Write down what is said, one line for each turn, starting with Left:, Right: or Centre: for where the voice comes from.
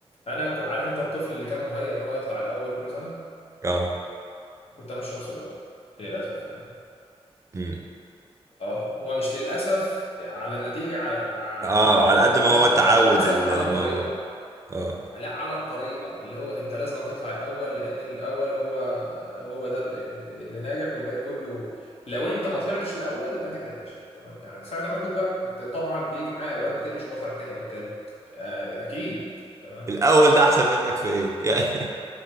Left: انا كو- عارف انت الطفل اللي كان مهيئ ان هو يطلع الاول كل سنه
Right: <laughs> اه
Left: كنت انا الشخص ده للاسف يعني
Right: مم.
Left: اه هو مش للأسف على النتيجة على,
Right: اه
Left: على
Right: على
Left: قد
Right: قد
Left: ما
Right: ما
Left: هو
Right: هو
Left: لل-
Right: تعود
Left: للأسف
Right: ال-
Left: على
Right: الموضوع
Left: الطريقة
Right: اه
Left: لا على الطريقة اللي هو أنت لازم تطلع الأول لأن الأول هو هو ده اللي اللي ناجح والباقي كله لو أنت ما طلعتش الأول يبقى أنت كده فاشل تمام يعني ساعة لما أنا كنت بقى كنت طبعا بيجي معايا أوقات بتقلش وبطلع التاني أو التالت آه، أكيد تمام
Right: الأول ده أحسن منك في إيه يعني